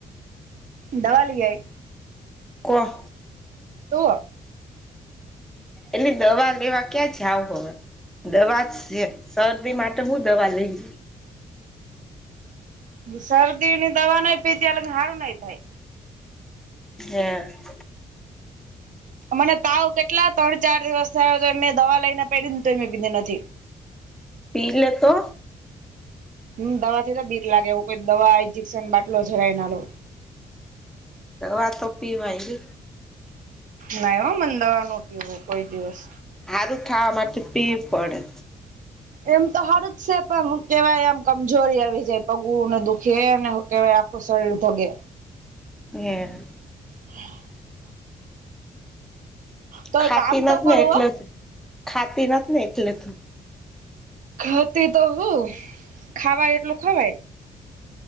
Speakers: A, on the right (about 60°); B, in the centre.
A: દવા લીઆઇ
B: કોણ
A: તુ
B: એની દવા લેવા ક્યાં જાવ હવે દવા જ છેમ. શરદી માટે હું દવા લઈ.
A: શરદી ની દવા ન પીતીલાડું ન હારુ થાય.
B: હ. <unintelligible>
A: મને તાવ કેટલા ત્રણ, ચાર દિવસ થયા તો એને દવા લઈ ને પેઘીને તે પીધી નથી
B: પીલે તો
A: હમ, દવા થી તો બીક લાગે એવું કોઈ દવા, ઇન્જેક્શન, બાટલો જરાય ના લવ
B: દવા તો પીવાયે
A: ના, એ મ દવાનો પીવુ હો કોઈ દિવસ
B: હારું થવા માટે પીવી પડે
A: એમ તો હર જ છે પણ કેવાય આમ કમજોરી આવી જાય પગુંને દુખેને. કેવાય આખું શરીર ધગે.
B: હ. <unintelligible>
A: હ. <inaudible> તો
B: ખાતી
A: એક કામ
B: નથી
A: તો કરું
B: ને એટલે
A: હો
B: ખાતી નથી ને એટલે તું.
A: ખતી તો હું ખાવાય એટલું ખવાય.